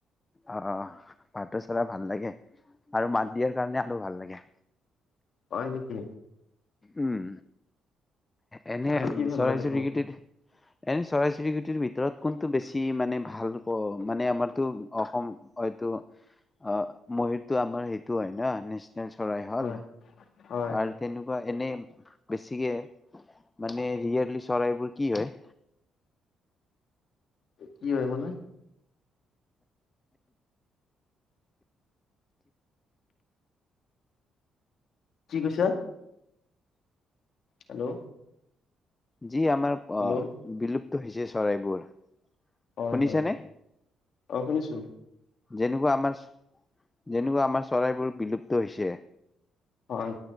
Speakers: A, on the left (about 20°); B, on the left (about 60°).
A: অ, ভাটৌ চৰাই ভাল লাগে আৰু মাত দিয়াৰ কাৰণে আৰু ভাল লাগে।
B: হয় নেকি?
A: উম। এনে
B: আৰু কি ভাল
A: চৰাই
B: লাগে
A: চিৰিকটিত,
B: তোমাৰ
A: এনে চৰাই চিৰিকটিৰ ভি ভিতৰত কোনটো বেছি মানে ভাল ক মানে আমাৰতো অসম হয়তো অ, ময়ুৰটো আমাৰ সেইটো হয় ন নিচ চনেল চৰাই হ'ল
B: হয় হয়
A: আৰু তেনেকুৱা এনে বেছিকে মানে ৰিয়েলি চৰাইবোৰ কি হয়।
B: কি হয় মানে। কি কৈছা? হেল্ল'
A: যি আমাৰ
B: হেল্ল'
A: বিলুপ্ত হৈছে চৰাইবোৰ।
B: হয়,
A: শুনিছেনে
B: হয়, অ' শুনিছো।
A: যেনেকুৱা আমাৰ, যেনেকুৱা আমাৰ চৰাইবোৰ বিলুপ্ত হৈছে।
B: হয়